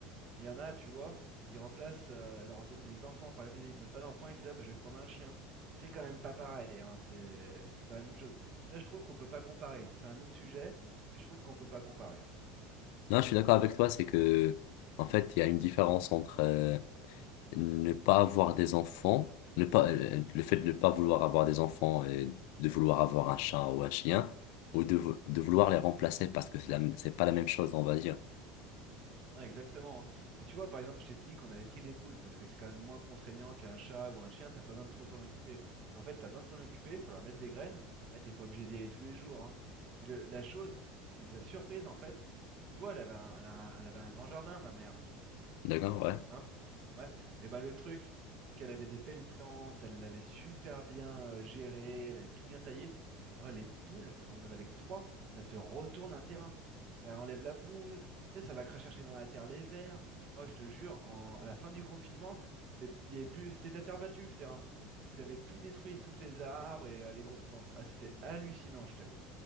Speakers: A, on the right (about 45°); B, on the left (about 70°).
A: Mais Il y en a, tu vois, ils remplacent euh, leurs, les enfants. Par exemple, il y en a, ils veulent pas d'enfants, ils disent, ah, bah, je vais prendre un chien. Mais C'est quand même pas pareil, hein, c'est c'est pas la même chose. Là, je trouve qu'on peut pas comparer. C'est un autre sujet, mais je trouve qu'on peut pas comparer.
B: Non, je suis d'accord avec toi, c'est que, en fait, il y a une différence entre euh, ne pas avoir des enfants, ne pas, euh, euh, le fait de ne pas vouloir avoir des enfants et de vouloir avoir un chat ou un chien, ou de, vou- de vouloir les remplacer parce que c'est la c'est pas la même chose, on va dire.
A: Non, exactement. hein. Mais tu vois, par exemple, je t'ai dit qu'on avait pris des poules parce que c'est quand même moins contraignant qu'un chat ou un chien, t'as pas besoin de trop t'en occuper. Mais en fait, t'as besoin de t'en occuper, il faut leur mettre des graines. Après, t'es pas obligé d'y aller tous les jours. hein. Mais le- la chose qui nous a surprise, en fait, tu vois, elle avait un, elle a un- elle avait un grand jardin, ma mère.
B: D'accord, ouais.
A: Hein? Ouais. Et ben le truc, c'est qu'elle avait des belles plantes, elle l'avait super bien euh, gérée, elle avait tout bien taillé. Oh, les poules, on en avait que trois, ça te retourne un terrain. Ça enlève la pelouse, tu sais, ça va cracher dans la terre les vers. Oh, je te jure, en- à la fin du confinement, c'était il y avait plus, c'était de la terre battue le terrain. Ils avaient tout détruit, sauf les arbres et euh, les grosses plantes. Ah, c'était hallucinant, je t'avoue.